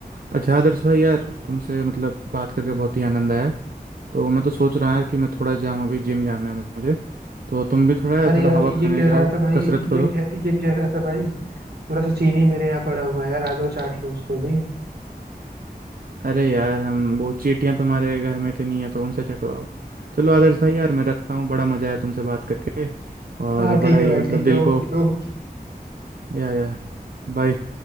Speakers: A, on the right; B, on the right.
A: अच्छा आदर्श भाई यार तुमसे मतलब बात करके बहुत ही आनंद आया तो मैं तो सोच रहा यार कि मैं थोड़ा जाऊँ अभी जिम जाना है मुझे तो तुम भी थोड़ा यार
B: अरे
A: थोड़ा
B: यार
A: हवा
B: ये
A: खाने
B: कह
A: जाओ
B: रहा था भाई
A: कसरत करो
B: ये कह ये कह रहा था भाई थोड़ा सा चीनी मेरे यहाँ पड़ा हुआ है यार आ जाओ चाट लो उसको भी
A: अरे यार हम वो चींटियां तुम्हारे घर में इतनी है तो उनसे चटवाओ चलो आदर्श भाई यार मैं रखता हूँ बड़ा मजा आया तुमसे बात करके और
B: हाँ ठीक
A: बड़ा
B: है
A: ही
B: भाई
A: मतलब
B: ठीक
A: दिल
B: है ओके
A: को या या बाय